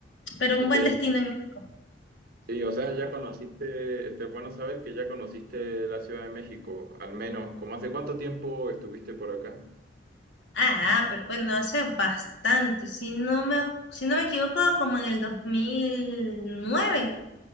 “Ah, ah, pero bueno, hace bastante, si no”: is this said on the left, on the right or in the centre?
Left